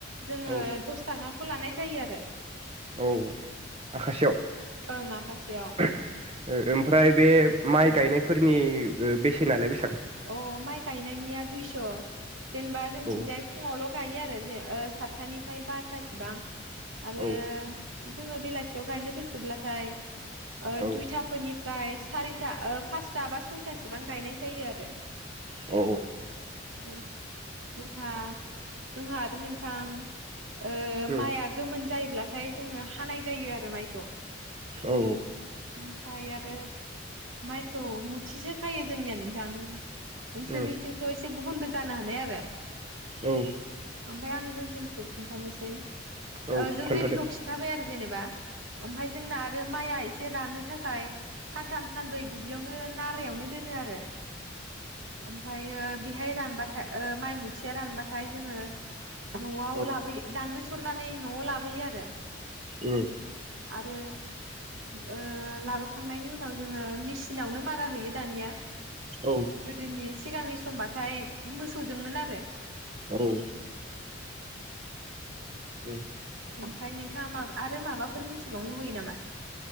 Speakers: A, on the right (about 85°); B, on the right (about 30°).
A: जोङो
B: औ
A: दस थाखा खौ लानाय जायो आरो
B: औ आखासेयाव
A: ओं आखासेयाव
B: ओ ओमफ्राय बे माइ
A: ओं
B: गायनायफोरनि ओ बेसेनालाय बेसां
A: अ माइ गायनायनिया दुइस' जेनेबा जोंनिथिंजाय
B: औ
A: फुङावल' गायो आरो जे ओ सातथानिफ्राय बार'थासिबां आरो
B: औ
A: जोङो बेलासियाव गायनो गोसोब्लाथाय ओ
B: औ
A: दुइथाफोरनि फ्राय सारिथा ओ पासथा बा सयथासेबां गायनाय जायो आरो <unintelligible>
B: औ
A: उ जोंहा जोंहा आरो नोंथां ओ
B: उम
A: माइआ गोमोन जायोब्लाथाय जोङो हानाय जायो आरो माइखौ
B: औ
A: ओमफ्राय आरो माइखौ मुथिसो खायो जोंनिया नोंथां <inaudible> नोंसोरनिथिंथ
B: उम
A: एसे गुबुनबो जानो हानाय आरो
B: औ
A: ओमफाय आं जों जेनिखौ खिन्थानोसै
B: औ
A: जों
B: खोन्थादो
A: जेनिखौ खिन्थाबाय आरो जेनेबा ओमफाय जोंना आरो माइआ एसे राननो थाखाय सानथाम सानब्रै दुब्लियावनो नारायावनो दोनो आरो ओमफाय बेयो बेहाय रानबाथा ओ माइ मुथिया रानबाथाय जोङो नआव
B: औ
A: लाबोयो दांग्रि स नानै नआव लाबोयो आरो
B: उम
A: आरो ओ लाबोखांनायनि उनाव जोङो मेसिनावनो मारा होयो दानिया
B: औ
A: गोदोनि सिगांनि समबाथाय मोसौजोंमोन आरो
B: औ उम
A: ओमफाय नोंथाङा मा आरो माबाफोर मिथिबावनो लुबैयो नामा